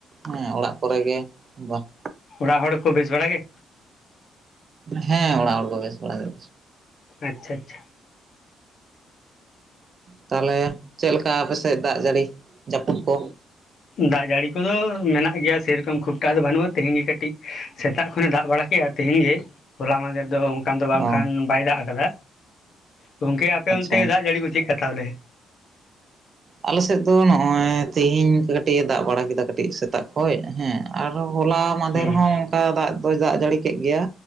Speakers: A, on the right (about 35°); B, on the left (about 45°).
A: ᱦᱮᱸ ᱚᱲᱟᱜ ᱠᱚᱨᱮᱜ ᱜᱮ ᱵᱟ-
B: ᱚᱲᱟᱜ ᱦᱚᱲ ᱠᱚ ᱵᱮᱥ ᱵᱟᱲᱟ ᱜᱮ
A: ᱦᱮᱸ ᱚᱲᱟᱜ ᱦᱚᱲ ᱠᱚ ᱵᱮᱥ ᱵᱟᱲᱟ ᱜᱮ
B: ᱟᱪᱪᱷᱟ ᱟᱪᱪᱷᱟ
A: ᱛᱟᱦᱚᱞᱮ ᱪᱮᱫ ᱞᱮᱠᱟ ᱟᱯᱮ ᱥᱮᱫ ᱫᱟᱜ ᱡᱟᱹᱲᱤ ᱡᱟᱹᱯᱩᱫ ᱠᱚ?
B: ᱫᱟᱜ ᱡᱟᱹᱲᱤ ᱠᱚᱫᱚ ᱢᱮᱱᱟᱜ ᱜᱮᱭᱟ, ᱥᱮᱨᱚᱠᱚᱢ ᱠᱷᱩᱵᱽᱴᱟᱜ ᱫᱚ ᱵᱟᱹᱱᱩᱜᱼᱟ, ᱛᱮᱤᱦᱮᱧ ᱜᱮ ᱠᱟᱹᱴᱤᱡ ᱥᱮᱛᱟᱜ ᱠᱷᱚᱱᱮ ᱫᱟᱜ ᱵᱟᱲᱟ ᱠᱮᱫᱼᱟ᱾ ᱛᱮᱦᱮᱧ ᱜᱮ ᱦᱚᱞᱟ ᱢᱟᱦᱫᱮᱨ ᱫᱚ ᱠᱟᱱ ᱫᱚ ᱵᱟᱝᱠᱷᱟᱱ
A: ᱚ
B: ᱵᱟᱭ ᱫᱟᱜ ᱟᱠᱟᱫᱟ ᱜᱚᱝᱠᱮ ᱟᱯᱮ
A: ᱟᱪᱪᱷᱟ
B: ᱚᱱᱛᱮ ᱫᱟᱜ ᱡᱟᱹᱲᱤ ᱠᱚ ᱪᱮᱫ ᱠᱟ ᱛᱟᱦᱚᱞᱮ
A: ᱟᱞᱮ ᱥᱮᱫ ᱫᱚ ᱱᱚᱜᱼᱚᱭ ᱛᱤᱦᱤᱧ ᱠᱟᱹᱴᱤᱡ ᱮ ᱫᱟᱜ ᱵᱟᱲᱟ ᱠᱮᱫᱟ ᱠᱟᱹᱴᱤᱡ ᱥᱮᱛᱟᱜ ᱠᱷᱚᱱ ᱦᱮᱸ ᱟᱨ ᱦᱚᱞᱟ ᱢᱟᱫᱮᱨ
B: ᱦᱩᱸ
A: ᱦᱚᱸ ᱚᱱᱠᱟ ᱫᱟᱜ ᱫᱚᱭ ᱫᱟᱜ ᱡᱟᱹᱲᱤ ᱠᱮᱫ ᱜᱮᱭᱟ